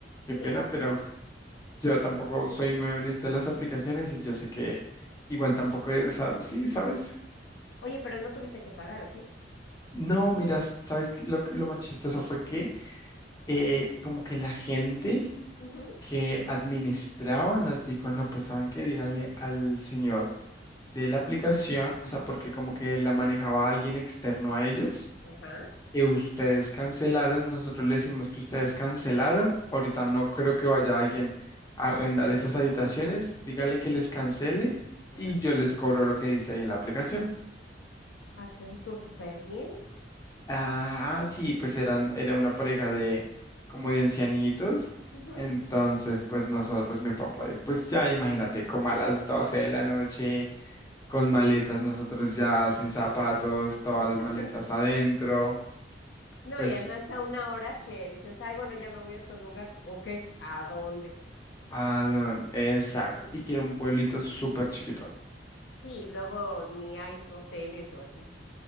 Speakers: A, on the left (about 20°); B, on the left (about 70°).
A: qué
B: sí.
A: pena,
B: no.
A: pero yo tampoco soy nuevo en esto de las aplicaciones y yo sé que igual tampoco es, o sea, sí, ¿sabes?
B: Oye, pero no tuviste que pagar, ¿o sí?
A: No, mira, ¿sabes qué? lo, que- lo más chistoso fue que eh, como que la gente
B: Ujú,
A: que administraba nos dijo, no, pues saben qué, díganle al señor de la aplicación, o sea,
B: ujú,
A: porque como que la manejaba alguien externo a ellos
B: ajá,
A: que ustedes cancelaron, nosotros le decimos que ustedes cancelaron. Ahorita no creo que vaya alguien a arrendar esas habitaciones. Díganle
B: ujú,
A: que les cancele
B: ajá.
A: y yo les cobro lo que dice ahí en la aplicación.
B: Ah, pues eso estuvo súper bien.
A: Ah, sí, pues eran, era una pareja de como de ancianitos.
B: ujú.
A: Entonces, pues nosotros, pues mi papá, y pues ya imagínate, como a las 12 de la noche, con maletas, nosotros ya sin zapatos, todas
B: <laughs>
A: las maletas adentro.
B: No,
A: Pues
B: y además a una hora que dices, ay, bueno, ya me voy a otro lugar. Ok, ¿a dónde?
A: Ah, no, exacto. Y que era un pueblito súper chiquito.
B: Sí, luego ni hay hoteles o así.